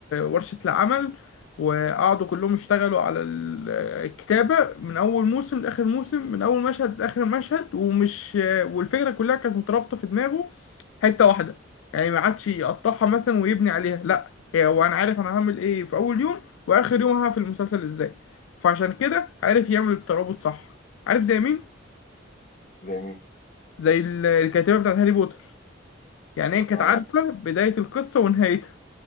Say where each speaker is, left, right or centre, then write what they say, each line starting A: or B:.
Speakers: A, on the left; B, on the left.
A: ورشه العمل وقعدوا كلهم يشتغلوا على ال- الكتابه من اول موسم لاخر موسم من اول مشهد لاخر مشهد ومش والفكره كلها كانت مترابطه في دماغه حته واحده يعني ما عادش يقطعها مثلا ويبني عليها لا هي هو انا عارف انا هعمل ايه في اول يوم واخر يوم هعمل في المسلسل ازاي فعشان كده عارف يعمل الترابط صح عارف زي مين
B: زي مين
A: زي ال- الكاتبة بتاعت هاري بوتر يعني هي كانت
B: اه
A: عارفة بداية القصة ونهايتها